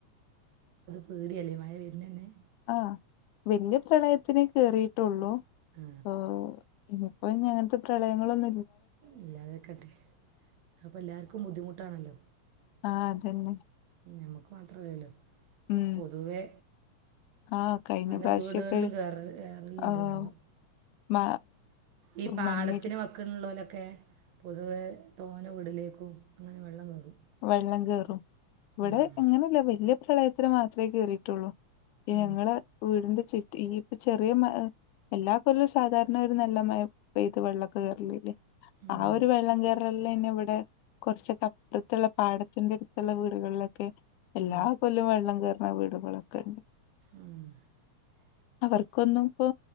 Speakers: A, on the right (about 70°); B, on the left (about 85°).
A: പേടിയാലേ മഴ വരുന്നന്നെ
B: ആഹ വല്യ പ്രളയത്തിനെ കയറിയിട്ടുള്ളൂ
A: ആ
B: ഏ ഇനിയിപ്പോ അങ്ങത്തെ പ്രള യങ്ങളൊന്നും
A: ഇല്ലാതകട്ടെ അപ്പൊ എല്ലാവർക്കും ബുദ്ധിമുട്ടാണല്ലോ
B: ആഹ അതന്നെ
A: നമുക്ക് മാത്രല്ലല്ലോ
B: ഉം
A: പൊതുവേ
B: ആഹ് കഴിഞ്ഞ
A: പല
B: പ്രാവശ്യൊക്കെ
A: വീടുകളിലും കേറലുണ്ട്
B: ആഹ്
A: വെള്ളം
B: മ
A: ഈ പാടത്തിന്
B: മണ്ണിടി
A: വക്കള്ളലൊക്കെ ഒറ്റേ പൊതുവെ തോന വീടിലേക്കും അങ്ങനെ വെള്ളം കയറും
B: വെള്ളം കേയറും ഇവിടെ
A: ഉം.
B: അങ്ങനെയല്ല വലിയ പ്രളയത്തിന് മാത്രമേ കേയറിയിട്ടുള്ളൂ
A: ആ
B: ഞങ്ങള് വീടിന്റെ ചുറ്റ ഈ ഇപ്പ ചെറിയ എല്ലാ ഇല സാധാരണ ഒരു നല്ല മഴ പെയ്ത് വെള്ളമൊക്കെ കേയറലല്ലേ
A: ഉം.
B: ആ ഒരു വെള്ളം കയറലെ ഇവിടെ കുറച്ചൊക്കെ അ ടുത്തുള്ള പാടത്തിന്റെ അടുത്തുള്ള വീടുകളിലൊക്കെ എല്ലാ
A: ആ
B: കൊല്ലവും വെള്ളം കയറുന്ന വീടുകളൊക്കെ ഉണ്ട്
A: ആഹ
B: അവർക്കൊന്നും ഇപ്പോൊ